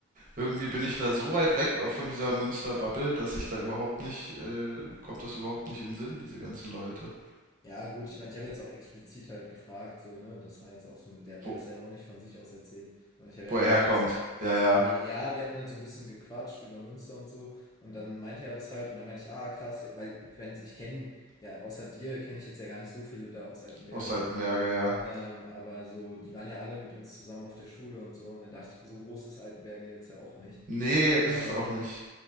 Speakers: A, on the right; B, on the left.
A: irgendwie bin ich da so weit weg auch von dieser Münster-Bubble, dass ich da überhaupt nicht, äh, kommt das überhaupt nicht in den Sinn, diese ganzen Leute.
B: Ja, gut, ich meine, ich habe jetzt auch explizit halt gefragt, so, ne? Das war jetzt auch so, der hat mir
A: Wo,
B: das ja auch nicht von sich aus erzählt, sondern ich habe ja
A: wo
B: explizit.
A: er herkommt. Ja, ja.
B: Nee, ja, wir hatten halt so ein bisschen gequatscht über Münster und so. Und dann meinte er das halt und dann meinte ich, ah, krass, ja, weil ich meine, ich kenne, ja, außer dir kenne ich jetzt ja gar nicht so viele da aus Altenberge.
A: Aus Salzberge, ja.
B: Ähm, aber so, die waren ja alle mit uns zusammen auf der Schule und so. Und dann dachte ich, so groß ist Altenberge jetzt ja auch nicht.
A: Nee, ist
B: Ähm,
A: es auch nicht.